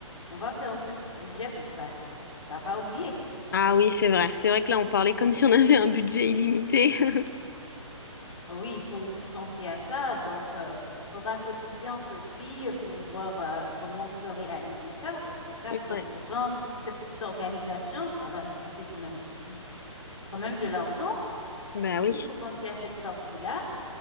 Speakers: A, on the left; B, on the left.
A: on va faire aussi un petit budget pour ça. T'as pas oublié?
B: Ah oui, c'est vrai. C'est vrai que là, on parlait comme si on avait un budget illimité. <laughs>
A: Ah Oui, il faut aussi penser à ça. Donc, il faudra cotiser entre filles pour voir euh, comment on peut réaliser ça, parce que ça,
B: Ouais.
A: c'est important. Toute cette petite organisation, ça va nous coûter quand même petit, quand même de l'argent.
B: Bah
A: Du coup,
B: oui.
A: il faut penser à cette partie-là.